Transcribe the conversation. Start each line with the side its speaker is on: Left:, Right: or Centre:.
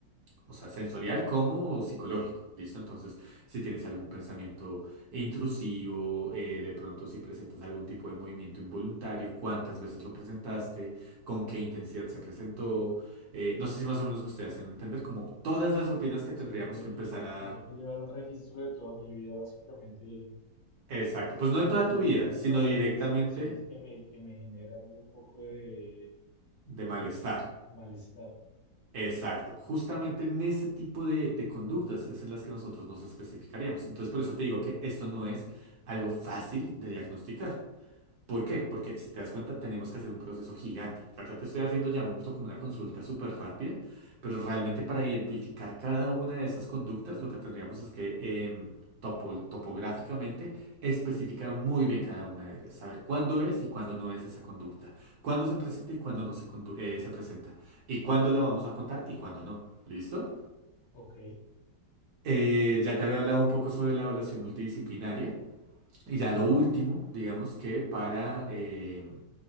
Right: o sea, sensorial como psicológico, ¿listo? Entonces, si tienes algún pensamiento intrusivo, eh, de pronto si presentas algún tipo de movimiento involuntario, cuántas veces lo presentaste, con qué intensidad se presentó, eh, no sé si más o menos me estoy haciendo entender, como todas las rutinas que
Left: Sí,
Right: tendríamos
Left: tendría
Right: que
Left: que,
Right: empezar a...
Left: tendría que llevar un registro de toda mi vida, básicamente,
Right: Exacto,
Left: es-
Right: pues
Left: especialmente
Right: no de toda tu vida, sino
Left: sobre
Right: directamente
Left: aquellas situaciones que me, que me generan un poco de,
Right: de malestar.
Left: de malestar,
Right: Exacto, justamente en ese tipo de, de conductas es en las que nosotros nos especificaríamos. Entonces, por eso te digo que esto no es algo fácil de diagnosticar. ¿Por qué? Porque si te das cuenta, tenemos que hacer un proceso gigante. Acá te estoy haciendo, llamémoslo como una consulta súper rápida, pero realmente para identificar cada una de esas conductas, lo que tendríamos es que em, topo- topográficamente especificar muy bien cada una de ellas, saber cuándo es y cuándo no es esa conducta, cuándo se presenta y cuándo no se, condu- eh, se presenta, y cuándo la vamos a contar y cuándo no. ¿Listo?
Left: ¿ok?
Right: Eh, ya te había hablado un poco sobre la evaluación multidisciplinaria. Y ya lo último, digamos que para em,